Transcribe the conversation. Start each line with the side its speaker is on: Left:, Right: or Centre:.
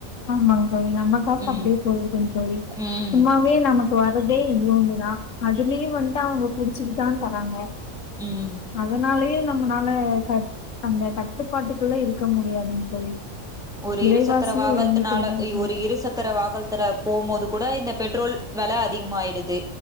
Left: ஆமாங் தோழி நம்ம காசு
Centre: ம்
Left: அப்டியே பொய்டுங் தோழி
Centre: ம்
Left: சும்மாவே நமக் வரதே இவ்ளோன்டுதா அதுலியு வன்ட்டு அவுங்க புடிச்சுட்டு தா தராங்க
Centre: ம்
Left: அதனாலயே நம்மனால கட் அந்த கட்டுப்பாட்டுக்குள்ள இருக்க முடியாதுங் தோழி
Centre: ஒரு
Left: விலைவாசியும்
Centre: இரு சக்கர வாகனத்துனால
Left: உயர்ந்துட்டே தான் இருக்கு.
Centre: ஒரு இரு சக்கர வாகனத்துல போமோது கூட இந்த பெட்ரோல் வெல அதிகமாயிடுது